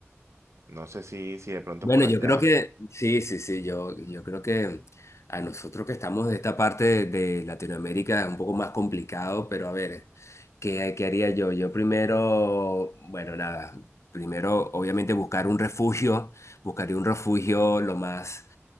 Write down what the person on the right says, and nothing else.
No sé si, si de pronto
por allá.